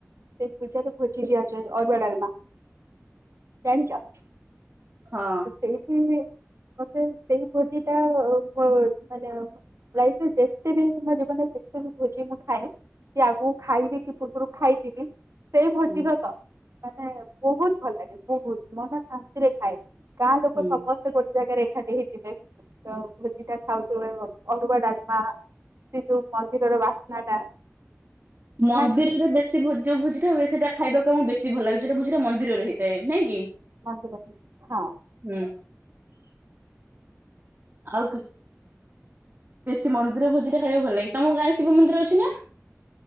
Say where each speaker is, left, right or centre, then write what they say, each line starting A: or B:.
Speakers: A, on the right (about 70°); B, on the right (about 45°).
A: ସେ ପୁଜାରେ ଭୋଜି ଦିଆ ଯାଏ ଅରୁଆ ଡାଲମା ଜାଣିଚ।
B: ହଁ।
A: ସେଇଠି ହିଁ ମତେ ସେଇ ଭୋଜି ଟା ଉ ମାନେ ଲାଇଫରେ ଯେତେବି ମୋ ଜୀବନରେ ଯେତେ ବି ଭୋଜି ମୁଁ ଖାଏ କି ଆଗକୁ ଖାଇବି କି ପୂର୍ବରୁ ଖାଇଥିବି ସେଇ ଭୋଜି
B: ହୁଁ
A: ଭାତ ମାନେ ବହୁତ ଭଲ ଲାଗେ ବହୁତ ମନ ଶାନ୍ତିରେ ଖାଏ ଗାଁ ଲୋକ
B: ହୁଁ।
A: ସମସ୍ତେ ଗୋ ଟେ ଜାଗାରେ ଏକାଠି ହେଇଥିବେ ତ ଭୋଜିଟା ଖାଉଥିବେ ଅରୁଆ ଡାଲମା ସେ ଯୋଉ ମନ୍ଦିରର ବାସ୍ନା ଟା
B: ମନ୍ଦିରରେ
A: ନାଇଁ
B: ବେଶ ସେ ଭୋ ଯୋଉ ଭୋଜିଟା ହୁଏ ସେଟା ଖାଇବାକୁ ଆମକୁ ବେଶୀ ଭଲ ଲାଗେ ଯୋଉ ଟା ଭୋଜିଟା ମନ୍ଦିରରେ ହେଇଥାଏ ନାଇଁ କି।
A: ମନ୍ଦିର ହେଇଛି ହଁ।
B: ହୁଁ। ଆଉ କି ବେଶୀ ମନ୍ଦିର ଭୋଜିଟା ଖାଇବାକୁ ଭଲ ଲାଗେ ତମ ଗାଁରେ ଶିବ ମନ୍ଦିର ଅଛି ନା।